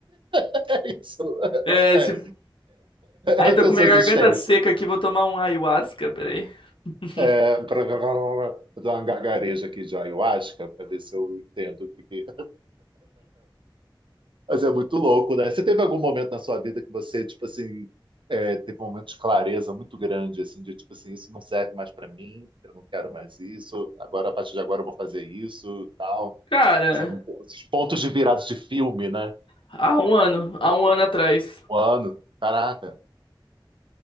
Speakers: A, on the right (about 70°); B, on the left (about 80°).
A: é isso,
B: É,
A: é,
B: se... Ai,
A: essa
B: tô com
A: é a
B: minha
A: sua
B: garganta
A: existência.
B: seca aqui, vou tomar um ayahuasca, peraí. <laughs>
A: Vou dar <laughs> uma gargareja aqui de ayahuasca para ver se eu entendo o que que Mas é muito louco, né? Você teve algum momento na sua vida que você, tipo assim, é, teve um momento de clareza muito grande, assim, de tipo assim, isso não serve mais pra mim, eu não quero mais isso, agora, a partir de agora eu vou fazer isso, tal.
B: Cara,
A: Sabe, um pouco esses pontos de virados de filme, né?
B: há um ano, há um ano atrás,
A: O ano, caraca,